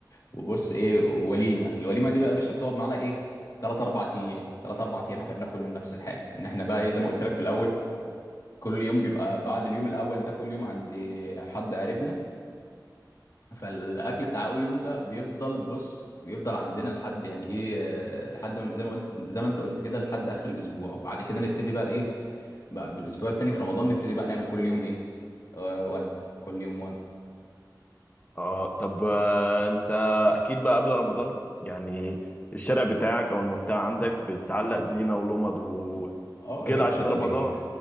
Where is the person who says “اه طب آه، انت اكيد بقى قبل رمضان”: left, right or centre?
Left